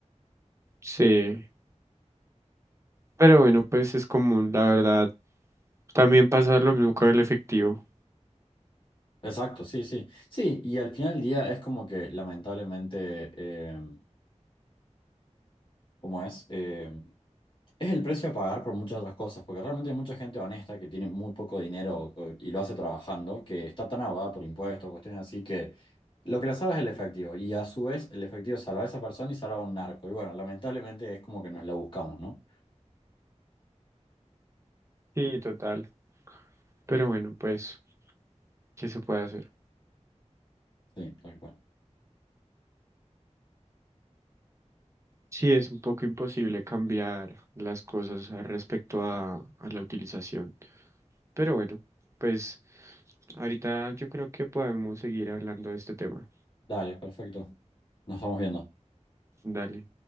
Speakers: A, on the right; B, on the left.
A: Sí, pero bueno, pues es común, la verdad. También pasa lo mismo con el efectivo.
B: Exacto, sí, sí. Sí, y al final del día es como que lamentablemente, em, como es, Em, Es el precio a pagar por muchas otras cosas, porque realmente hay mucha gente honesta que tiene muy poco dinero eh, y lo hace trabajando, que está tan ahogada por impuestos, cuestiones así, que lo que le salva es el efectivo. Y a su vez, el efectivo salva a esa persona y salva a un narco. Y bueno, lamentablemente es como que nos la buscamos, ¿no?
A: Sí, total. Pero bueno, pues, ¿qué se puede hacer?
B: Sí, tal cual.
A: Sí, es un poco imposible cambiar las cosas al respecto a, a la utilización. Pero bueno, pues ahorita yo creo que podemos seguir hablando de este tema.
B: Dale, perfecto. Nos vamos viendo.
A: Dale.